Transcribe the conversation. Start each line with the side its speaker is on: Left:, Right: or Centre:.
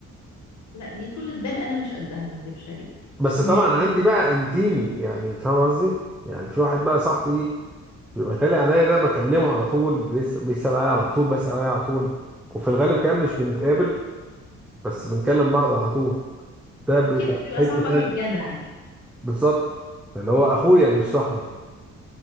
Left: لا دي طولة بال انا مش قدها ما اكدبش عليك
Centre: بس
Left: م-
Centre: طبعا عندي بقى انتيمي يعني فاهم قصدي يعني في واحد بقى صاحبي بيبقى غالي عليا ده بكلمه على طول بيس- بيسأل عليا على طول بسأل عليا على طول وفي الغالب كمان مش بنتقابل بس بنكلم بعض على طول ده بيبقى
Left: اوكي ده بيبقى
Centre: حتة
Left: صاحبك
Centre: تانية
Left: الجدع
Centre: بالظبط اللي هو اخويا مش صاحبي